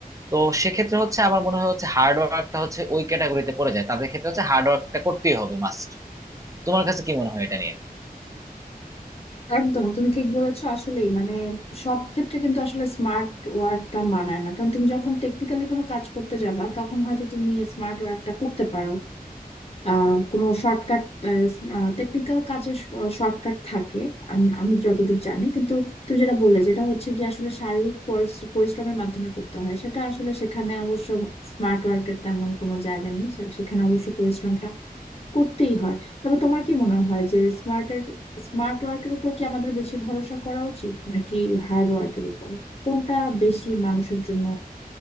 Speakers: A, on the right (about 20°); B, on the left (about 40°).
A: তো সেক্ষেত্রে হচ্ছে আমার মনে হয় হচ্ছে হার্ড ওয়ার্কটা হচ্ছে ওই ক্যাটাগরিতে পড়ে যায় তাদের ক্ষেত্রে হচ্ছে হার্ড ওয়ার্কটা করতেই হবে মাস্ট তোমার কাছে কি মনে হয় এটা নিয়ে
B: একদম তুমি ঠিক বলেছো আসলেই মানে সব ক্ষেত্রে কিন্তু আসলে স্মার্ট ওয়ার্কটা মানায় না কারণ তুমি যখন টেকনিক্যালি কোনো কাজ করতে যাবা তখন হয়তো তুমি স্মার্ট ওয়ার্কটা করতে পারো আহ কোনো শর্টকাট টেকনিক্যাল কাজের শর্টকাট থাকে আমি আমি যতদূর জানি কিন্তু তুমি যেটা বললে যেটা হচ্ছে যে আসলে শারীরিক পরিস- পরিশ্রমের মাধ্যমে করতে হয় সেটা আসলে সেখানে অবশ্য স্মার্ট ওয়ার্কের তেমন কোনো জায়গা নেই সে- সেখানে অবশ্য পরিশ্রমটা করতেই হয় তবে তোমার কি মনে হয় যে স্মার্টের স্মার্ট ওয়ার্কের উপর কি আমাদের বেশি ভরসা করা উচিত নাকি হার্ড ওয়ার্কের উপর কোনটা বেশি মানুষের জন্য